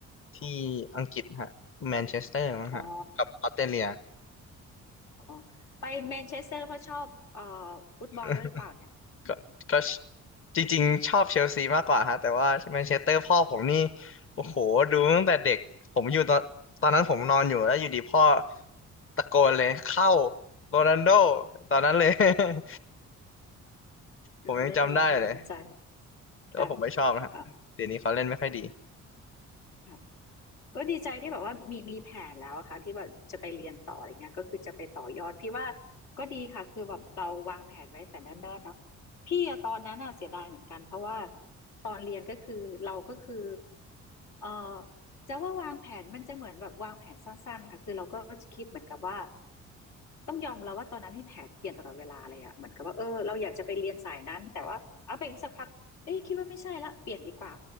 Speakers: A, on the left (about 45°); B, on the left (about 85°).
A: ที่อังกฤษฮะแมนเชสเตอร์มั้งฮะกับออสเตรเลีย
B: อ๋ออ๋อไปแมนเชสเตอร์เพราะชอบเอ่อฟุตบอลด้วยหรือเปล่าเนี่ย
A: <laughs> ก็ก็จริงๆชอบเชลซีมากกว่าฮะแต่ว่าแมนเชสเตอร์พ่อผมนี่โอ้โหดูตั้งแต่เด็กผมอยู่ตอนตอนนั้นผมนอนอยู่แล้วอยู่ดีพ่อตะโกนเลยเข้าโรนัลโดตอนนั้นเลย <laughs>
B: <laughs> ก็เลยได้เป็นแรงบันดาลใจ
A: ผมยังจำได้เลยแต่ว่าผมไม่ชอบนะฮะเดี๋ยวนี้เขาเล่นไม่ค่อยดี
B: ค่ะค่ะค่ะ ก็ดีใจที่แบบว่ามีมีแผนแล้วอะค่ะที่ว่าจะไปเรียนต่ออะไรเงี้ยก็คือจะไปต่อยอดพี่ว่าก็ดีค่ะคือแบบเราวางแผนไว้แต่เนิ่นๆเนาะพี่อะตอนนั้นอะเสียดายเหมือนกันเพราะว่าตอนเรียนก็คือเราก็คือเอ่อจะว่าวางแผนมันจะเหมือนแบบวางแผนสั้นๆค่ะคือเราก็จะคิดเหมือนกับว่าต้องยอมเราว่าตอนนั้นที่แผนเปลี่ยนตลอดเวลาเลยอะเหมือนกับว่าเออเราอยากจะไปเรียนสายนั้นแต่ว่าเอาไปอีกสักพักเอ้ยคิดว่าไม่ใช่ละเปลี่ยนดีกว่า